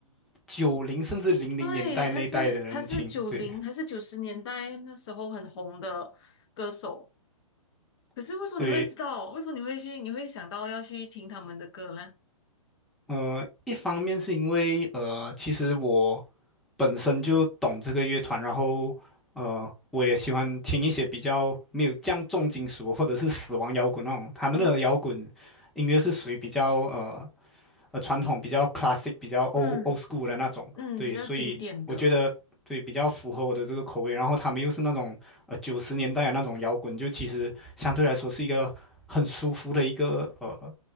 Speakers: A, in the centre; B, on the left (about 50°).
A: 九零甚至零零年代那一代的人听，
B: 对，他是他是九零还是九十年代那时候很红的歌手。
A: 对。
B: 可是为什么你会知道？
A: 对，
B: 为什么你会去？你会想到要去听他们的歌呢？
A: 呃，一方面是因为呃，其实我本身就懂这个乐团，然后呃，我也喜欢听一些比较没有这样重金属或者是死亡摇滚那种，他们的摇滚
B: 嗯，
A: 音乐是属于比较呃呃传统、比较 classic、比较 old
B: 嗯
A: old school 的那种。
B: 嗯，
A: 对，
B: 比较经典的，
A: 所以我觉得对比较符合我的这个口味。然后他们又是那种呃九十年代的那种摇滚，就其实相对来说是一个很舒服的一个呃